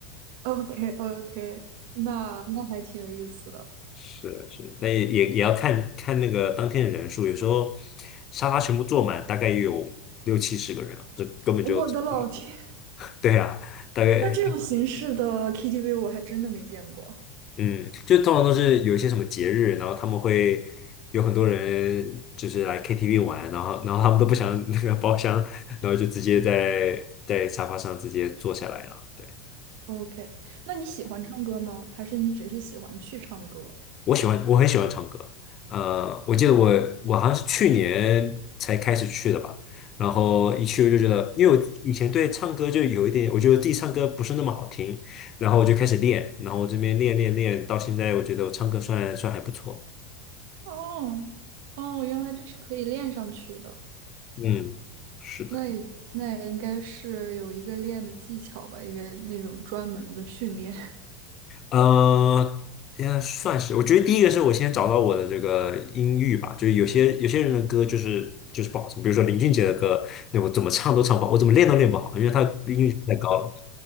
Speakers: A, on the right (about 65°); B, on the left (about 40°).
A: o k o k 那那还挺有意思的。
B: 是的是的，但也也也要看看那个当天的人数，有时候沙发全部坐满，大概也有六七十个人啊这根本就
A: 我的老天，
B: <laughs> 对啊，大概
A: 那这种形式的 KTV 我还真的没见过。
B: 嗯，就通常都是有一些什么节日，然后他们会有很多人就是来 KTV 玩，然后然后他们都不想那个包厢，然后就直接在在沙发上直接坐下来了。对，
A: OK，那你喜欢唱歌吗？还是你只是喜欢去唱歌？
B: 我喜欢，我很喜欢唱歌。呃，我记得我我好像是去年才开始去的吧，然后一去我就觉得，因为我以前对唱歌就有一点，我觉得自己唱歌不是那么好听，然后我就开始练，然后我这边练练练，到现在我觉得我唱歌算算还不错。
A: 哦，哦，原来这是可以练上去的。
B: 嗯，是的，
A: 那也那也应该是有一个练的技巧吧，应该那种专门的训练。<laughs>
B: 呃，应该算是。我觉得第一个是我先找到我的这个音域吧，就是有些有些人的歌就是就是不好听，比如说林俊杰的歌，那我怎么唱都唱不好，我怎么练都练不好，因为他音域太高了。